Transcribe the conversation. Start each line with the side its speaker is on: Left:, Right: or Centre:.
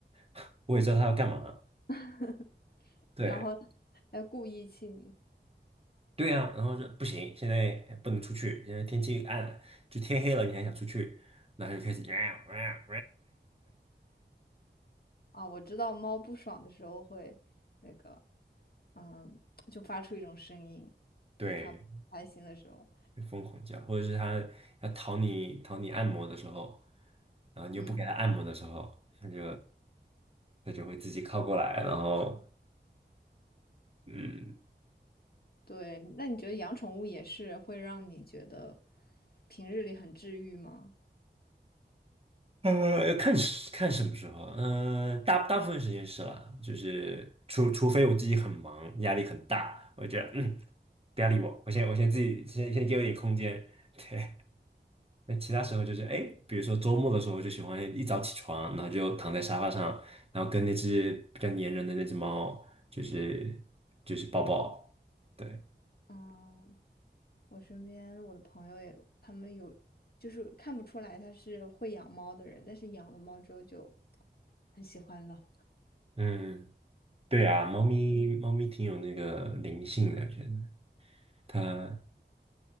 Right: <laughs> 我也知道它要干嘛。
Left: <laughs>
Right: 对
Left: 然后要故意气你
Right: 对呀、然后就不行，现在不能出去，现在天气暗了就天黑了，你还想出去，然后就开始 <laughs>
Left: 啊！我知道猫不爽的时候会那个，嗯，就发出一种声音，
Right: 对，
Left: 就是它不开心的时候。
Right: 疯狂叫，或者是它要讨你讨你按摩的时候。然后你又不给它按摩的时候，
Left: 嗯，
Right: 它就它就会自己靠过来，然后嗯
Left: 对。那你觉得养宠物也是会让你觉得平日里很治愈吗？
Right: 呃要看时看什么时候，嗯，大大部分时间是啦，就是除除非我自己很忙，压力很大，我觉得嗯不要理我，我先我先自己先先给我一点空间，<laughs> 对。那其他时候就是哎，比如说周末的时候，我就喜欢一早起床，然后就躺在沙发上，然后跟那只比较粘人的那只猫，就是就是抱抱，对。
Left: 嗯，我身边我的朋友也，他们有就是看不出来他是会养猫的人，但是养了猫之后就很喜欢了。
Right: 嗯。对啊，猫咪猫咪挺有那个灵性的，我觉得它